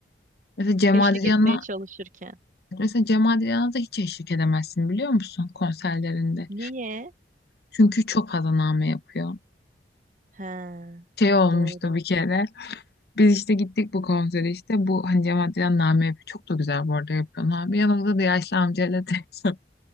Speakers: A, on the left; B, on the right.
A: Mesela Cem
B: Eşlik
A: Adrian'a
B: etmeye çalışırken.
A: mesela Cem Adrian'a da hiç eşlik edemezsin biliyor musun konserlerinde.
B: Niye?
A: Çünkü çok fazla name yapıyor.
B: He.
A: Şey olmuştu
B: Doğru.
A: bir kere. Biz işte gittik bu konsere işte. Bu hani Cem Adrian name yapıyor. Çok da güzel bu arada yapıyor. abi. Yanımızda da yaşlı amcayla teyze.